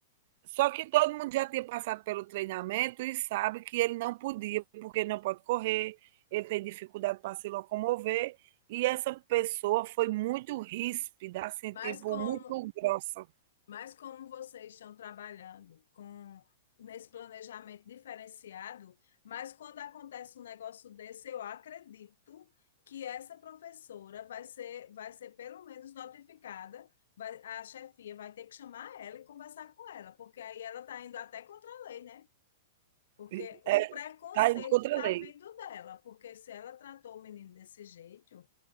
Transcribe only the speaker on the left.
Mas
como
Mas como vocês estão trabalhando com nesse planejamento diferenciado, mas quando acontece um negócio desse, eu acredito que essa professora vai ser, vai ser pelo menos notificada, vai, a chefia vai ter que chamar ela e conversar com ela, porque aí ela está indo até contra a lei, né? Porque
o preconceito
está
vindo dela, porque se ela tratou o menino desse jeito,